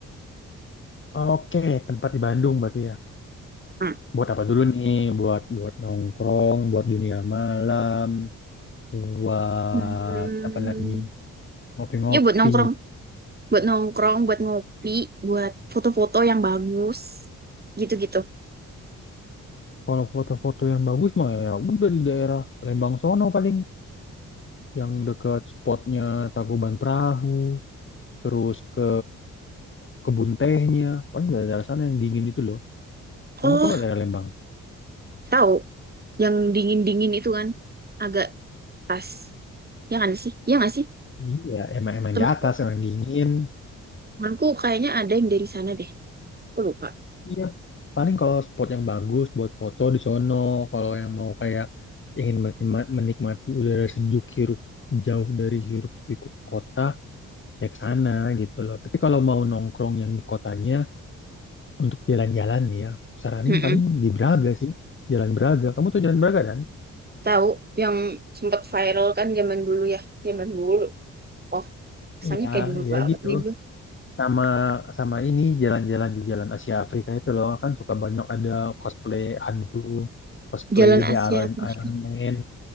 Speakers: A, on the left; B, on the right.
A: Oke, tempat di Bandung berarti ya.
B: Nah,
A: Buat apa dulu nih? Buat buat nongkrong, buat dunia malam, buat
B: hmm,
A: apa lagi? Ngopi-ngopi.
B: ya buat nongkrong buat nongkrong, buat ngopi, buat foto-foto yang bagus, gitu-gitu.
A: Kalau foto-foto yang bagus mah ya udah di daerah Lembang sono paling yang dekat spotnya Tangkuban Perahu, terus ke kebun tehnya, paling dari daerah sana yang dingin itu loh. Kamu
B: Oh,
A: tau gak daerah Lembang?
B: tahu yang dingin-dingin itu kan agak pas. Ya kan sih? Ya nggak sih?
A: Iya, emang emang
B: Temanku,
A: di atas emang dingin.
B: temanku kayaknya ada yang dari sana deh. Aku lupa.
A: Iya, paling kalau spot yang bagus buat foto di sono. Kalau yang mau kayak ingin menikma- menikmati udara sejuk hirup jauh dari hirup pikuk kota ya ke sana gitu loh. Tapi kalau mau nongkrong yang di kotanya Untuk jalan-jalan nih ya, saranin
B: Mm-mm.
A: paling di Braga sih. Jalan Braga. Kamu tuh jalan Braga kan?
B: Tahu yang sempat viral kan zaman dulu ya, zaman dulu. Oh, kesannya
A: Iya,
B: kayak dulu
A: iya
B: banget
A: gitu.
B: nih gue.
A: Sama sama ini jalan-jalan di Jalan Asia Afrika itu loh kan suka banyak ada cosplay hantu, cosplay
B: Jalan Asia
A: The Iron
B: Afrika.
A: Iron Man.